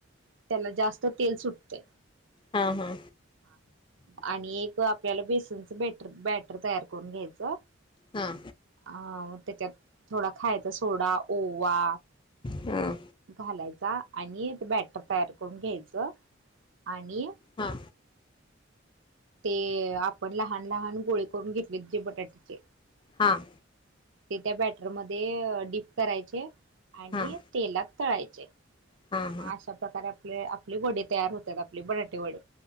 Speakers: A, on the right; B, on the left.
A: त्याला जास्त तेल सुटतय.
B: हा हा
A: हा. आणि एक आपल्याला बेसनच बॅटर बॅटर तयार करून घ्यायचं.
B: हां
A: अ त्याच्यात थोडा खायचा सोडा ओवा.
B: हां
A: घालायचा आणि ते बॅटर तयार करून घ्यायचं आणि
B: हा.
A: ते आपण लहान लहान गोळे करून घेतले जे बटाट्याचे.
B: हां.
A: ते त्या बॅटरमध्ये डीप करायचे, आणि
B: हां
A: तेलात तळायचे.
B: हां हां
A: मग अशा प्रकारे आपले, आपली वडे तयार होतात आपले बटाटे वडे.